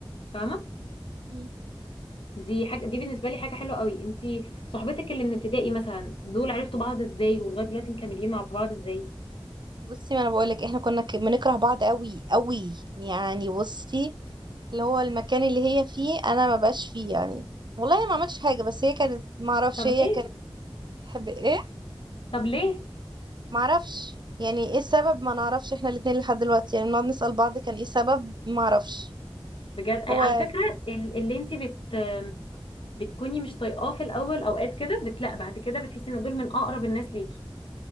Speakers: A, on the left; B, on the right.
A: فاهمه
B: مم.
A: دي حاجه دي بالنسبه لي حاجه حلوه قوي انتي صحبتك اللي من ابتدائي مثلا دول عرفتوا بعض ازاي ولغايه دلوقتي مكملين مع بعض ازاي
B: بصي ما انا بقولك احنا كنا ك- بنكره بعض قوي قوي يعني بصي اللي هو المكان اللي هي فيه انا ما بقاش فيه يعني والله ما عملتش حاجه بس هي كانت ما اعرفش
A: طب
B: هي
A: ليه
B: كانت تحب ايه
A: طب ليه
B: ما اعرفش يعني ايه السبب ما نعرفش احنا الاتنين لحد دلوقتي يعني بنقعد نسال بعض كان ايه السبب ما اعرفش
A: بجد أي-
B: هو
A: على فكرة ال- اللي انت بت بتكوني مش طايقاه في الاول اوقات كده بتلاقي بعد كده بتحسي ان دول من اقرب الناس ليكي